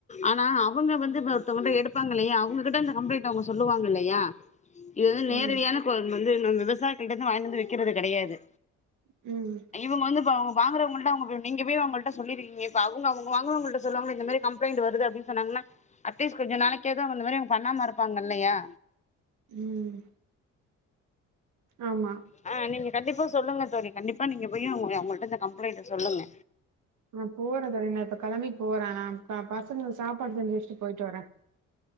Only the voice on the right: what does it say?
ம்,
ம்,
ம் ஆமா
நா போறே தோழி நா இப்ப கெளம்பி போற நா தா பசங்களுக்கு சாப்பாடு செஞ்சு வச்ட்டு பொய்ட்டு வரே